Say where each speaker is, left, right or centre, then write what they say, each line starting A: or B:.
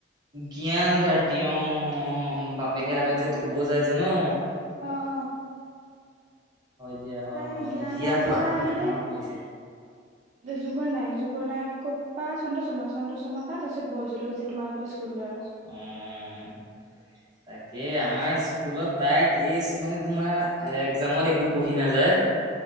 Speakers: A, on the right; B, on the right.
A: জ্ঞানভাৰটি অ'। উম, বাপেকে
B: জ্ঞান
A: আগত
B: ভাৰতীৰ
A: যে থব
B: পৰা
A: যায় যে নহ?
B: অ অ
A: এতিয়া, হয়,
B: তাই
A: হয় মই
B: জ্ঞান
A: এতিয়া
B: ভাৰতীৰ
A: পা
B: পৰা
A: মানে
B: আহিলে
A: মনত পৰিছে।
B: যুগনায়ক, যুগনায়কৰ পা চন্দ্ৰশৰ্মা চন্দ্ৰশৰ্মা পা তাৰপিছত। <unintelligible> তোমালোকৰ স্কুললৈ।
A: অ'। তাকে, আমাৰ স্কুলত তাই কেচ মানে তোমাৰ এক্মামত একো পঢ়ি নাযায়।